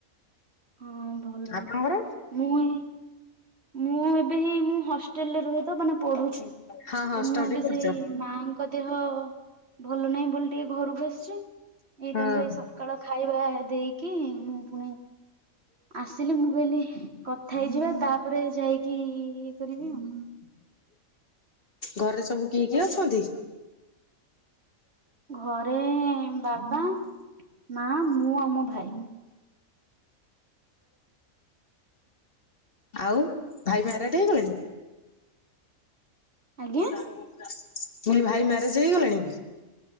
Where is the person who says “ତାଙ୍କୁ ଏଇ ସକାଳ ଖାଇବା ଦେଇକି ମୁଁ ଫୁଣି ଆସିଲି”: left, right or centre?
Right